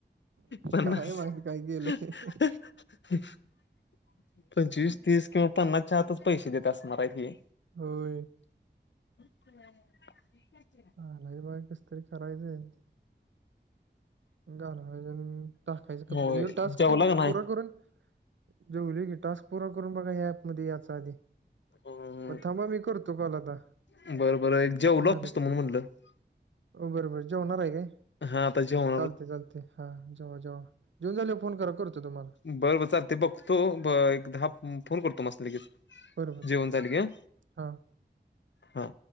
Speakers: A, on the left; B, on the right.
A: पन्नास
B: काय माहित काय गेलंय
A: <unintelligible> पंचवीस, तीस किंवा पन्नासच्या आतच पैसे देत असणार हायत हे.
B: होय.
A: <unintelligible> <unintelligible>
B: आलाय बाय कसं तरी करायचं. घालवायचं न टाकायचं
A: होय
B: <inaudible> ह्यो टास्क
A: जेवला का
B: पुरा करून जेवलो की टास्क पूरा करून बघा ह्या ॲपध्ये यायचं आधी.
A: नाही
B: मग थांबा मी करतो कॉल आता,
A: बरं बरं एक जेवलो
B: झाले
A: असतो
B: पुढे.
A: म्हणून म्हणलं
B: हो, बरं, बरं जेवणार हाय काय?
A: हां, आता जेव
B: चालतंय, चालतंय हा जेवा, जेवा जेवून झाल्यावर फोन करा. करतो तुम्हांला.
A: बरं, बर चालतंय बघतो एक दहा फोन करतो तुमास्नी लगीच.
B: बरं बरं
A: जेवण झालं की?
B: हां
A: हां.